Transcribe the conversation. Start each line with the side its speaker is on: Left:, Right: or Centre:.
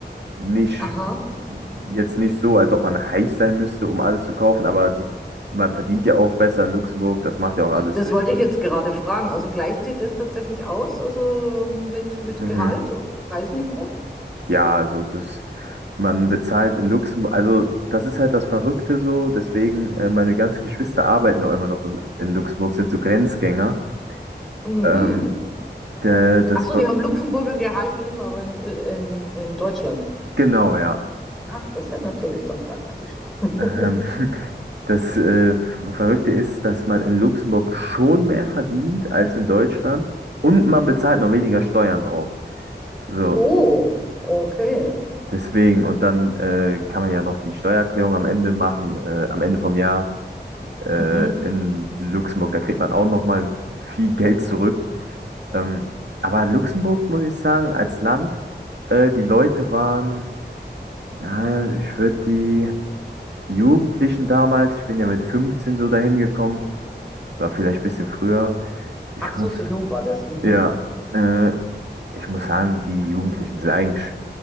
Right: nicht,
Centre: Aha.
Right: jetzt nicht so, als ob man reich sein müsste, um alles zu kaufen, aber die, man verdient ja auch besser in Luxemburg, das macht ja auch alles
Centre: Das
Right: Sinn.
Centre: wollte ich jetzt gerade fragen. Also gleicht sich das tatsächlich aus, also mit, mit
Right: Mhm.
Centre: Gehalt und Preisniveau?
Right: Ja, also das, man bezahlt in Luxemburg, also das ist halt das Verrückte so, deswegen, äh, meine ganzen Geschwister arbeiten auch immer noch in, in Luxemburg, sind so Grenzgänger.
Centre: Mhm.
Right: Ähm, der, das,
Centre: Ach so,
Right: Ver-
Centre: die haben Luxemburger Gehalt, leben aber in, Ö- in, in Deutschland.
Right: genau, ja.
Centre: Ach, das ist ja natürlich dann praktisch. <laughs>
Right: Ähm, <laughs> das äh, Verrückte ist, dass man in Luxemburg schon mehr verdient als in Deutschland und man bezahlt noch weniger Steuern drauf. So,
Centre: Oh, okay.
Right: deswegen, und dann äh, kann man ja noch die Steuererklärung am Ende machen, äh, am Ende vom Jahr äh,
Centre: Mhm.
Right: in Luxemburg. Da kriegt man auch noch mal viel Geld zurück. Ähm, aber Luxemburg, muss ich sagen, als Land, äh, die Leute waren, ja, ich würde die Jugendlichen damals, ich bin ja mit 15 so dahin gekommen, war vielleicht ein bisschen früher. Ich
Centre: Ach so,
Right: muss,
Centre: so jung war das. Mhm.
Right: ja, äh, ich muss sagen, die Jugendlichen sind eigentlich